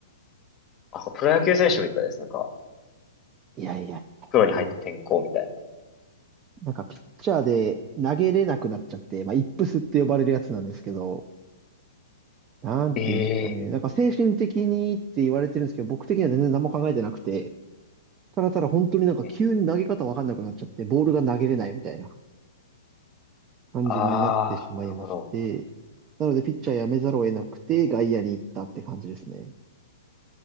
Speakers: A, on the left; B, on the right.
A: あ、プロ野球選手みたいです。なんか、
B: いやいやいやいや、
A: プロに入って転校みたいな。
B: もう。なんかピッチャーで投げれなくなっちゃって、まあ、イップスって呼ばれるやつなんですけど、なんて言うんですかね。
A: ええ
B: なんか精神的にって言われてるんですけど、僕的には全然何も考えてなくて、ただただ本当になんか急に投げ方わかんなくなっちゃって、
A: え、
B: ボールが投げれないみたいな感じになってしまいまして、
A: ああ、なるほど。
B: なのでピッチャーやめざるを得なくて外野に行ったって感じですね。
A: えー、